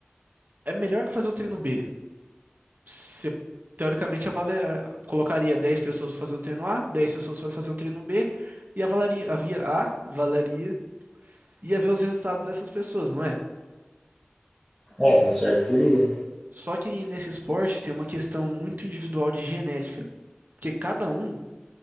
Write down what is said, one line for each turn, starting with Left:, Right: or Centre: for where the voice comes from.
Right: é melhor que fazer o treino B? Você, teoricamente, avalia, colocaria 10 pessoas para fazer o treino A, 10 pessoas para fazer o treino B, e avalaria, havia A, avalaria, ia ver os resultados dessas pessoas, não é?
Centre: É, o certo seria.
Right: Só que nesse esporte tem uma questão muito individual de genética, porque cada um